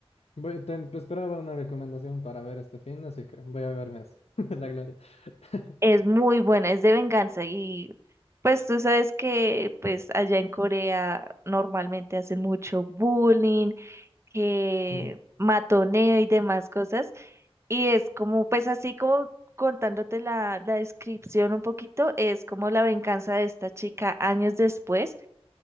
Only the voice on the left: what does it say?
voy- te te esperaba una recomendación para ver este fin, así que voy a verme eso. <laughs> La gloria. <laughs>
Mm,